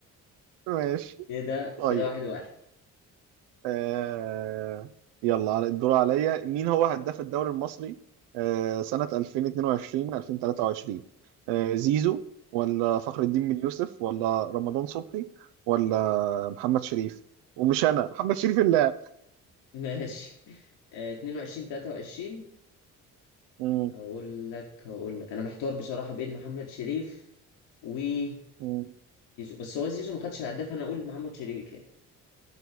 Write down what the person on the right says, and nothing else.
ماشي
طيب
آه. يلا على- الدور عليا مين هو هداف الدوري المصري آه. سنة 2022 2023 آه. زيزو ولا فخر الدين بن يوسف ولا رمضان صبحي ولا محمد شريف ومش أنا محمد شريف اللاعب
مم.
مم.